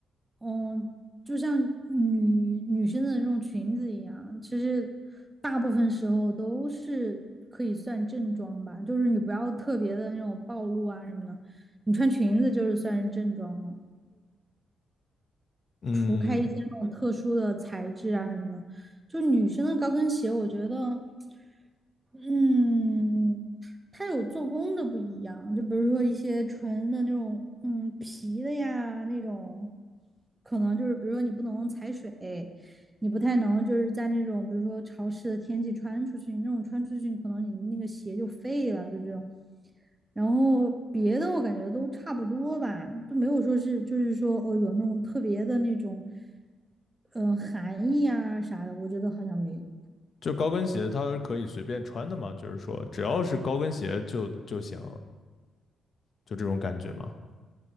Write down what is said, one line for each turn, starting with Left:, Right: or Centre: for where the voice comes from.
Right: 嗯，就像女女生的那种裙子一样，其实大部分时候都是可以算正装吧，就是你不要特别的那种暴露啊什么的，你穿裙子就是算是正装了。
Left: 嗯，
Right: 除开一些那种特殊的材质啊什么的，就女生的高跟鞋，我觉得嗯，它有做工的不一样，就比如说一些纯的那种，嗯，皮的呀，那种，可能就是比如说你不能踩水，你不太能就是在那种比如说潮湿的天气穿出去，那种穿出去可能你那个鞋就废了，就这种。然后别的我感觉都差不多吧，都没有说是就是说哦有那种特别的那种，嗯、含义啊啥的，我觉得好像没有。
Left: 就高跟鞋它是可以随便穿的吗？就是说只要是高跟鞋就就行，就这种感觉吗？